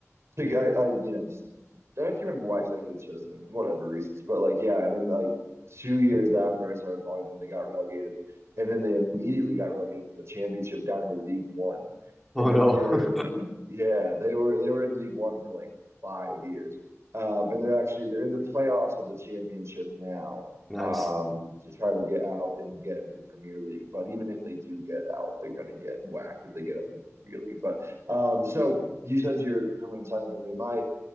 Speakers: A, on the right; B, in the centre.
A: Like, I, I, you know, just I can't remember why exactly they chose them, whatever reasons. But like, yeah, and then like two years after I started following them, they got relegated, and then they immediately got relegated from the championship down to League One,
B: Oh
A: and
B: no.
A: then they were
B: <laughs>
A: in League, yeah, they were they were in League One for like five years, um, and they're actually they're in the playoffs of the championship now.
B: Nice.
A: Um, to try to get out and get into the Premier League. But even if they do get out, they're going to get whacked if they get up into the Premier League. But um, so you said you're from an Italian family. My